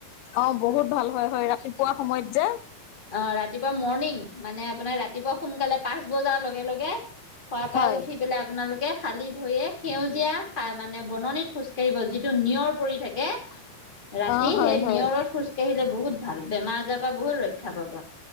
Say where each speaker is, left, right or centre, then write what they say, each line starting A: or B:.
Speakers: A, on the left; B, on the left.
A: অহ, বহুত ভাল হয়, হয় ৰাতিপুৱা সময়ত যে
B: অ ৰাতিপুৱা মৰ্ণিং মানে আপোনাৰ ৰাতিপুৱা সোনকালে পাঁচ বজাৰ লগে লগে লগে, লগে শোৱাৰ পৰা
A: হয়
B: উঠি পেলাই আপোনালোকে খালী ভৰিয়ে সেউজীয়া মানে বননিত খোজ কঢ়িব যিটো মানে নিয়ৰ পৰি থাকে ৰাতি
A: অ হয়
B: সেই
A: হয়
B: নিয়ৰত খোজ কাঢ়িলে বহুত ভাল বেমাৰ আজাৰ পৰা বহুত ৰক্ষা পাব